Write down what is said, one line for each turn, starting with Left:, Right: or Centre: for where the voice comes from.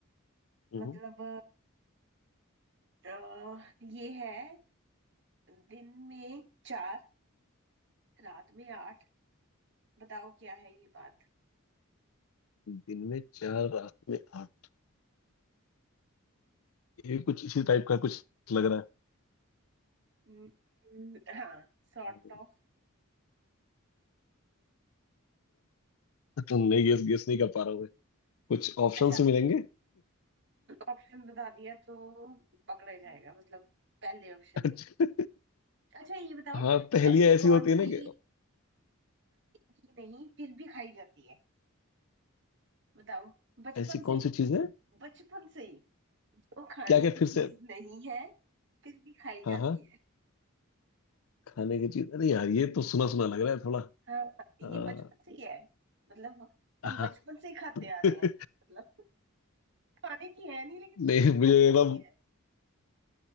Left: हम्म,
Right: मतलब अ, ये है दिन में चार रात में आठ बताओ क्या है ये बात
Left: दिन में चार रात में आठ ये कुछ इसी टाइप का कुछ लग रहा
Right: हम्म, हाँ सॉर्ट
Left: है
Right: ऑफ
Left: नहीं गेस गेस नहीं कर पा रहा मैं कुछ ऑप्शंस
Right: अच्छा
Left: मिलेंगे
Right: ऑप्शन बता दिया तो पकड़ा ही जाएगा मतलब पहले ऑप्शन
Left: अच्छा
Right: में अच्छा ये बताओ
Left: हाँ पहेलियाँ
Right: ऐसी
Left: ऐसी
Right: कौन
Left: होती है
Right: सी
Left: ना कि
Right: की नहीं फिर भी खाई जाती है बताओ बचपन
Left: ऐसी
Right: से
Left: कौन
Right: ही
Left: सी चीज है
Right: बचपन से ही वो खाने
Left: क्या क्या
Right: की
Left: फिर
Right: चीज
Left: से
Right: नहीं है फिर भी खाई
Left: हाँ
Right: जाती
Left: हाँ
Right: है
Left: खाने की चीज अरे यार ये तो सुना सुना लग रहा है थोड़ा
Right: हाँ ये
Left: अ,
Right: बचपन से ही है मतलब हम
Left: हाँ
Right: बचपन से ही खाते आ रहे
Left: <laughs>
Right: हैं मतलब खाने की है नहीं लेकिन स्टिल
Left: नहीं
Right: खानी
Left: मुझे
Right: पड़ती
Left: ना
Right: है